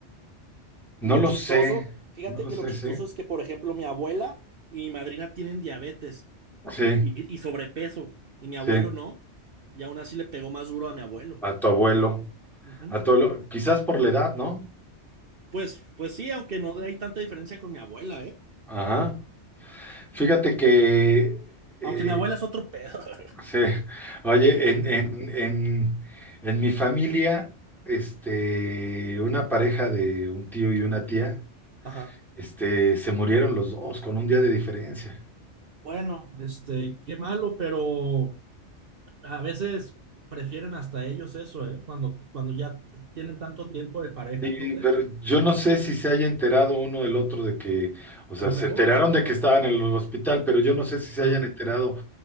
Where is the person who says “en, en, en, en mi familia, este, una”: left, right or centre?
Centre